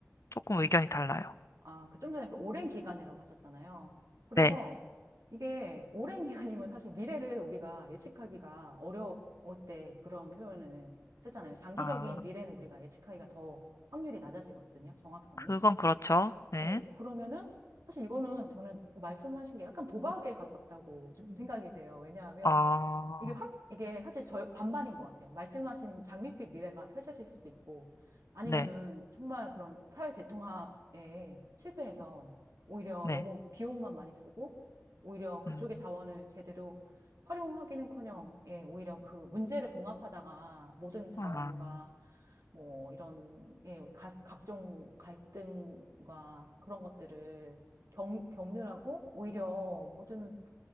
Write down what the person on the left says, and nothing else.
조금 의견이 달라요.
네.
아,
그건 그렇죠. 네.
어,
네,
네.
음.
아.